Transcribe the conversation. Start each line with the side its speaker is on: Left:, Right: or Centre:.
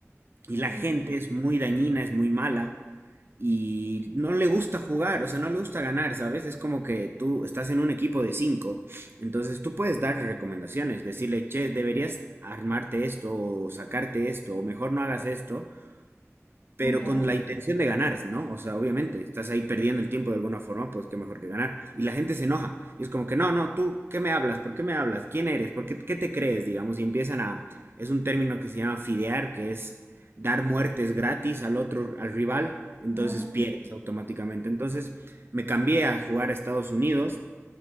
Right: y
Centre: Sí,
Right: la gente es muy dañina, es muy mala y no le gusta jugar, o sea, no le gusta ganar, ¿sabes? Es como que tú estás en un equipo de cinco, entonces tú puedes darle recomendaciones, decirle, che, deberías armarte esto o sacarte esto o mejor no hagas esto, pero
Centre: ya,
Right: con la intención de ganar, ¿no? O sea, obviamente, estás ahí perdiendo el tiempo de alguna forma, pues qué mejor que ganar. Y la gente se enoja. Y es como que, no, no, tú, ¿qué me hablas? ¿Por qué me hablas? ¿Quién eres? ¿Por qué, qué te crees? Digamos, y empiezan a... Es un término que se llama fidear, que es dar muertes gratis al otro, al rival, entonces
Centre: ajá,
Right: pierdes automáticamente. Entonces me cambié a jugar a Estados Unidos